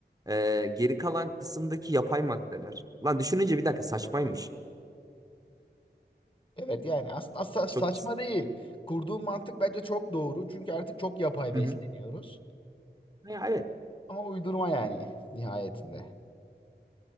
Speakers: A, on the right (about 20°); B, on the left (about 30°).
A: e, geri kalan kısımdaki yapay maddeler. Lan düşününce bir dakika saçmaymış.
B: Evet yani aslında sa- saçma
A: Çok
B: değil. Kurduğun mantık bence çok doğru. Çünkü artık çok yapay
A: Hı
B: besleniyoruz.
A: hı. Ya evet.
B: Ama uydurma yani nihayetinde.